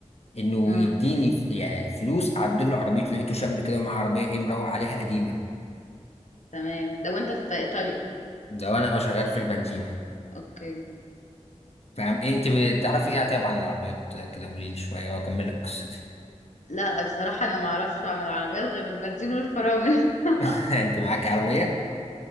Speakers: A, on the left; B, on the left.
A: انه
B: امم
A: يديني ف- يعني فلوس اعدل له عربيته لقيته شاب كده ومعاه عربيه ايه مروق عليها قديمه
B: تمام لو انت في ايطاليا
A: ده وانا اه شغال في البنزينه
B: اوكي
A: فاهم ايه انت بتعرفي ايه طيب عن العربيات كده قولي لي شويه واكمل لك قصتي
B: لا بصراحة أنا معرفش عن العربيات غير البنزين والفرامل <laughs>
A: <laughs> انت معاكي عربيه